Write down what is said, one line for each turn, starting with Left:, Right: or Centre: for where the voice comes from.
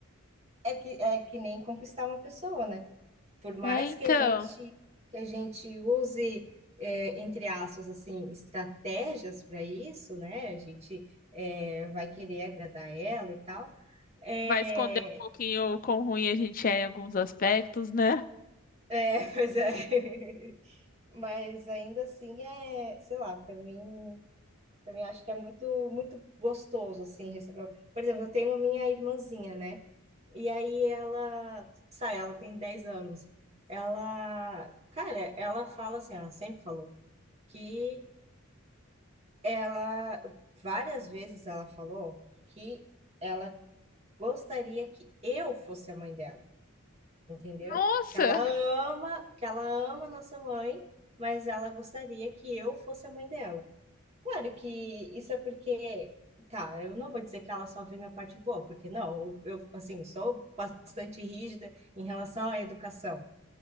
Right: É que, é que nem conquistar uma pessoa, né? Por mais
Left: É, então.
Right: que a gente que a gente use é, entre aspas assim estratégias para isso, né? A gente é, vai querer agradar ela e tal. É,
Left: Vai esconder um pouquinho o quão ruim a gente é em alguns aspectos, né?
Right: é, <laughs> pois é. Mas ainda assim é, sei lá, para mim, para mim acho que é muito muito gostoso assim receber. Por exemplo, eu tenho minha irmãzinha, né? E aí ela, sabe, ela tem 10 anos. Ela, cara, ela fala assim, ela sempre falou que ela várias vezes ela falou que ela gostaria que eu fosse a mãe dela, entendeu?
Left: Nossa!
Right: Que ela ama, que ela ama a nossa mãe, mas ela gostaria que eu fosse a mãe dela. Claro que isso é porque, tá, eu não vou dizer que ela só vê minha parte boa, porque não, eu assim, sou bastante rígida em relação à educação,